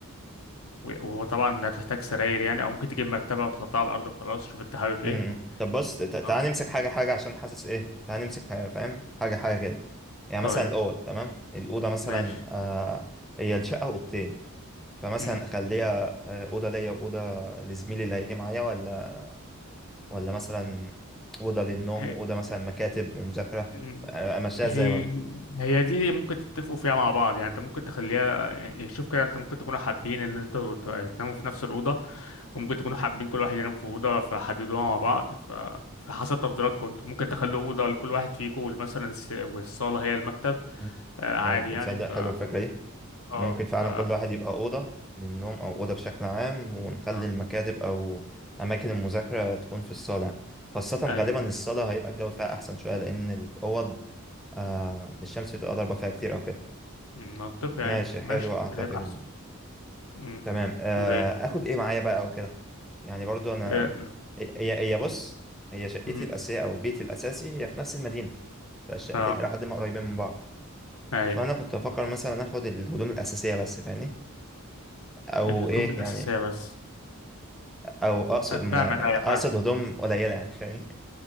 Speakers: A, on the left (about 75°); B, in the centre.
A: و- وطبعا هتحتاج سراير يعني او ممكن تجيب مرتبة وتحطها على الارض وخلاص شوف انت حابب ايه
B: امم إمم. طب بص ت- تعال
A: اه
B: نمسك حاجه حاجه عشان حاسس ايه تعال نمسك حاجة فاهم حاجه حاجه كده يعني
A: طيب
B: مثلا الاوض تمام الاوضه مثلا
A: ماشي
B: آه هي الشقه اوضتين فمثلا
A: مم.
B: اخليها آه، اوضه ليا واوضه لزميلي اللي هيجي معايا ولا ولا مثلا اوضه للنوم
A: هي
B: واوضه مثلا مكاتب ومذاكره
A: مم.
B: آه، امشيها
A: هي
B: ازاي برضه
A: هي دي ممكن تتفقوا فيها مع بعض يعني انت ممكن تخليها يعني شوف كده انت ممكن تكونوا حابين ان انتوا ت- تناموا في نفس الأوضة وممكن تكونوا حابين كل واحد ينام في أوضة فحددوها مع بعض ف فحسب تفضيلاتكم انتوا ممكن تخلوا أوضة لكل واحد فيكم وال- مثلا الس- والصالة هي المكتب
B: مم.
A: آه،
B: ممكن
A: عادي يعني
B: تصدق
A: ف
B: حلوه الفكره دي
A: اه
B: ممكن فعلا
A: ف
B: كل واحد يبقى أوضة للنوم أو أوضة بشكل عام ونخلي
A: لا.
B: المكاتب أو أماكن المذاكرة تكون في الصالة خاصة
A: ايوه
B: غالبا الصالة هيبقى الجو فيها أحسن شوية لأن الأوض آه الشمس بتبقى ضاربة فيها كتير أو كده
A: مم، منطقي
B: ماشي
A: يعني ماشي
B: حلو أعتقد
A: كده يبقى احسن مم.
B: تمام آه
A: و
B: آخد إيه معايا بقى أو كده يعني برضو أنا
A: آه،
B: هي هي هي بص هي شقتي
A: مم.
B: الأساسية أو بيتي الأساسي هي في نفس المدينة فالشقتين
A: اه
B: إلى حد ما قريبين من بعض
A: أيوة.
B: فأنا كنت أفكر مثلا آخد الهدوم الأساسية بس فاهمني أو
A: الهدوم
B: إيه
A: الأساسية
B: يعني
A: بس
B: او اقصد ما-
A: فاهمك أيوة فاهم
B: اقصد هدوم قليله يعني فاهمني